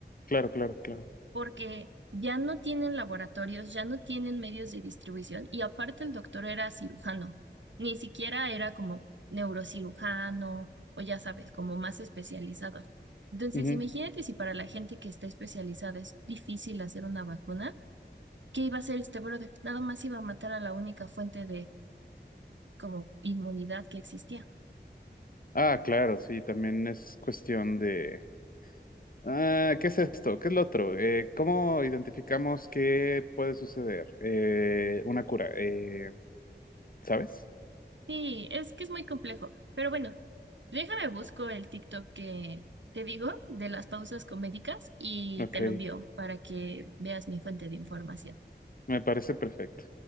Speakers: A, on the left; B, on the right.
A: Claro, claro, claro.
B: porque ya no tienen laboratorios, ya no tienen medios de distribución y aparte el doctor era cirujano. Ni siquiera era como neurocirujano o ya sabes, como más especializado. Entonces,
A: Ujú.
B: imagínate si para la gente que está especializada es difícil hacer una vacuna. ¿Qué iba a hacer este brother? Nada más iba a matar a la única fuente de como inmunidad que existía.
A: Ah, claro, sí, también es cuestión de... Ah, ¿qué es esto? ¿Qué es lo otro? Eh, ¿cómo identificamos qué puede suceder? Eh, una cura, eh, ¿sabes?
B: Sí, es que es muy complejo. Pero bueno, déjame busco el TikTok que te digo de las pausas comédicas y
A: Ok,
B: te lo envío para que veas mi fuente de información.
A: me parece perfecto.